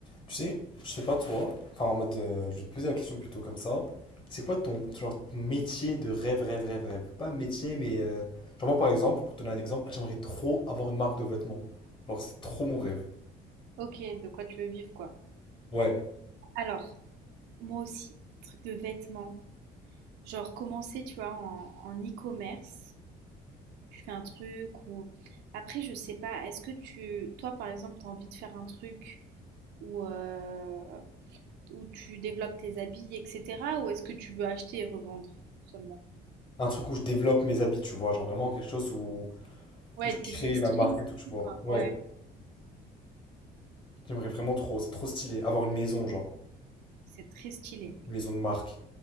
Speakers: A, on the left (about 30°); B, on the right (about 80°).
A: Tu sais, je sais pas toi, enfin en mode, euh, je vais te poser la question plutôt comme ça. C'est quoi ton, genre, ton métier de rêve, rêve, rêve, rêve? Pas métier, mais euh, genre moi par exemple, pour te donner un exemple, j'aimerais trop avoir une marque de vêtements. Genre c'est trop mon rêve.
B: Ok, de quoi tu veux vivre, quoi.
A: Ouais,
B: Alors, moi aussi, truc de vêtements. Genre, commencer, tu vois, en, en e-commerce. Tu fais un truc ou... Après, je sais pas, est-ce que tu... Toi, par exemple, t'as envie de faire un truc où, euh, où tu développes tes habits, etc. Ou est-ce que tu veux acheter et revendre seulement?
A: un truc où je développe mes habits, tu vois, genre vraiment quelque chose où,
B: Ouais,
A: où je crée
B: t'es t'es styliste
A: ma marque et tout,
B: et
A: tu
B: tout,
A: vois.
B: quoi.
A: Ouais,
B: Ouais,
A: j'aimerais vraiment trop, c'est trop stylé, avoir une maison, genre,
B: c'est très stylé.
A: une maison de marque.